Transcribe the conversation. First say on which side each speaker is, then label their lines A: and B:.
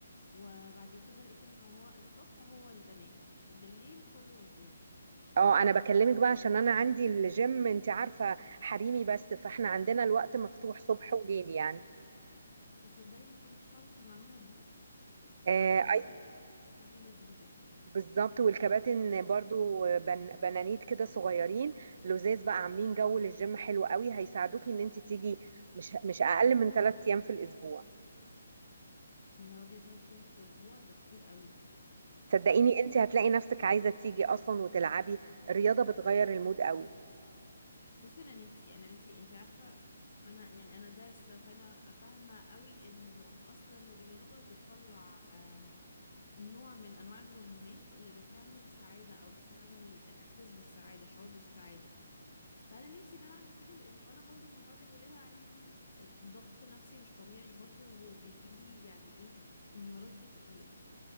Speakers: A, on the left; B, on the right.
A: وبعد كده لقيت ان هو الصبح هو البنات بالليل كله رجاله
B: اه انا بكلمك بقى عشان انا عندي الجيم انت عارفه حريمي بس فاحنا عندنا الوقت مفتوح صبح
A: اه
B: وليل يعني
A: تصدقي ما كنتش اعرف المعلومه دي
B: آه،
A: اه ده حلو جدا دي لذيذه
B: بالظبط والكباتن برضو بن بنانيت كده صغيرين لزاز بقى عاملين جو للجيم حلو قوي هيساعدوكي ان انت تيجي مش مش اقل من ثلاث ايام في الاسبوع
A: يا نهار ابيض تلات ايام في الاسبوع ده كتير قوي
B: صدقيني
A: طب
B: انت هتلاقي نفسك عايزة تيجي اصلا وتلعبي الرياضة بتغير المود قوي
A: بصي انا نفسي انا نفسي انت عارفه انا يعني انا دارسه فانا فاهمه قوي انه اصلا الرياضه بتطلع آم، نوع من انواع الهرمونات اللي بتعمل سعاده او بتعمل احساس بالسعاده شعور بالسعاده فانا نفسي ان انا اعمل كده لان انا برضو من بعد الولاده عندي ضغط نفسي مش طبيعي برضو وبيجيلي يعني ايه انهيارات كتير